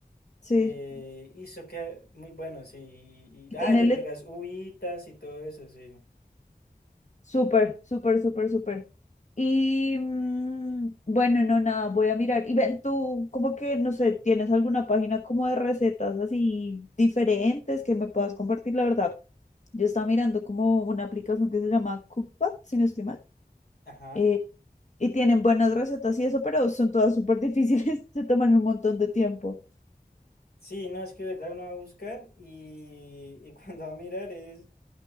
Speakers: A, on the left; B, on the left.
A: Sí.
B: Eh, y eso queda muy bueno, sí. Y, y-
A: Y
B: ah,
A: tenerle
B: le agregas uvitas y todo eso, sí.
A: súper, súper, súper, súper. Y mm, bueno, no, nada, voy a mirar. Y ven, tú, como que, no sé, ¿tienes alguna página como de recetas así diferentes que me puedas compartir? La verdad, yo estaba mirando como una aplicación que se llama Cookpad, si no estoy mal.
B: Ajá.
A: eh, y tienen buenas recetas y eso, pero son todas súper difíciles, <laughs> se toman un montón de tiempo.
B: Sí, no, es que de verdad uno va a buscar y, y <laughs> cuando va a mirar es,